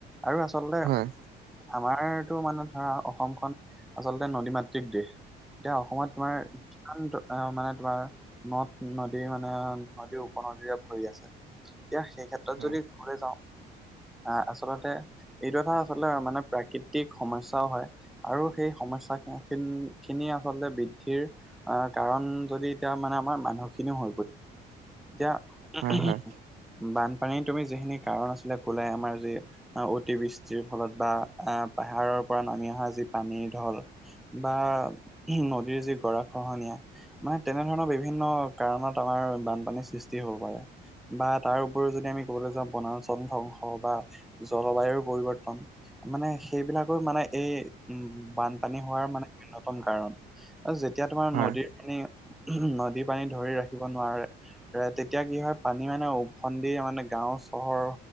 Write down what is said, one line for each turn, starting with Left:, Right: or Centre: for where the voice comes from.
Centre: আৰু আচলতে
Right: হয়
Centre: আমাৰতো মানে ধৰা অসমখন আচলতে নদী মাতৃক দেশ। এতিয়া অসমত তোমাৰ কিমান মানে তোমাৰ নদ নদী মানে, নদী উপনদীৰে ভৰি আছে। এতিয়া সেই ক্ষেত্ৰত
Right: হয়
Centre: যদি ক'বলে যাওঁ আহ, আচলতে এইটো এটা আচলতে মানে প্ৰাকৃতিক সমস্যাও হয়। আৰু সেই সমস্যা খিনি আচলতে বৃদ্ধিৰ আহ, কাৰণ যদি এতিয়া মানে আমাৰ মানুহ খিনিও হৈ পৰি এতিয়া,
Right: হয় হয়
Centre: বানপানীৰ তুমি যিখিনি কাৰণ আছিলে তুমি ক'লাই আমাৰ যি অতিবৃষ্টিৰ ফলত বা আহ, পাহাৰৰ পৰা নামি অহা যি পানীৰ ঢল। বা নদীৰ যি গৰা খহনীয়া মানে তেনেধৰণৰ বিভিন্ন কাৰণত আমাৰ বানপানীৰ সৃষ্টি হ'ব পাৰে। বা তাৰ উপৰিও যদি আমি ক'বলৈ যাওঁ বনাঞ্চল ধ্বংস বা জলবায়ুৰ পৰিৱৰ্তন। মানে সেইবিলাকো মানে এই উম বানপানী হোৱাৰ মানে অন্যতম কাৰণ। আৰু যেতিয়া তোমাৰ
Right: হয়
Centre: নদীৰ পানী, নদীৰ পানী ধৰি ৰাখিব নোৱাৰে। তেতিয়া কি হয় পানী মানে ওফন্দি মানে গাওঁ চহৰ